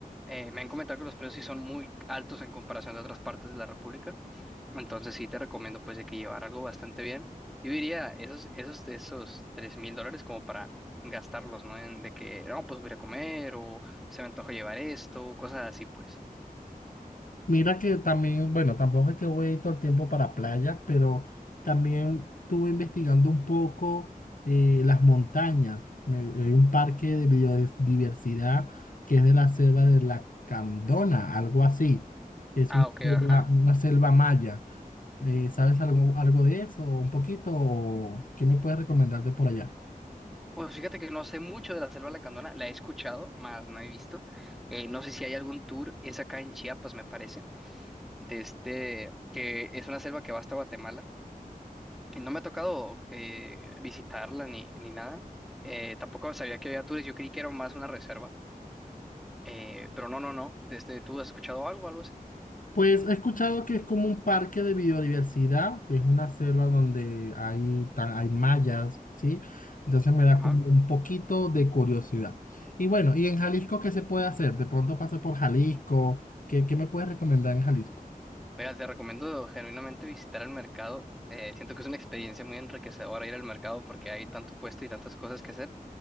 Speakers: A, in the centre; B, on the left.
A: eh, me han comentado que los precios sí son muy altos en comparación de otras partes de la República. Entonces sí te recomiendo pues de que llevar algo bastante bien. Yo diría esos, esos, esos tres mil dólares como para gastarlos, ¿no? En de que, no, pues voy a ir a comer o se me antoja llevar esto, cosas así pues.
B: Mira que también, bueno, tampoco es que voy todo el tiempo para playa, pero también estuve investigando un poco eh, las montañas. Me- Hay un parque de biodiversidad que es de la selva de la Candona, algo así. Es
A: Ah,
B: un
A: ok,
B: selva-
A: ajá.
B: una selva maya. Eh, ¿sabes algo, algo de eso? ¿Un poquito? ¿O ¿Qué me puedes recomendar de por allá?
A: Pues fíjate que no sé mucho de la Selva Lacandona, la he escuchado, más no he visto. Eh, no sé si hay algún tour, es acá en Chiapas, me parece, de este, que es una selva que va hasta Guatemala. Y no me ha tocado eh, visitarla ni, ni nada. Eh, tampoco sabía que había tours, yo creí que era más una reserva Eh, pero no, no, no. Desde, ¿tú has escuchado algo, algo así?
B: Pues he escuchado que es como un parque de biodiversidad, es una selva donde hay, ta- hay mallas, ¿sí? Entonces me da
A: Ajá.
B: como un poquito de curiosidad. Y bueno, ¿y en Jalisco qué se puede hacer? De pronto pasé por Jalisco, ¿qué, qué me puedes recomendar en Jalisco?
A: Mira, te recomiendo genuinamente visitar el mercado. Eh, siento que es una experiencia muy enriquecedora ir al mercado porque hay tanto puesto y tantas cosas que hacer.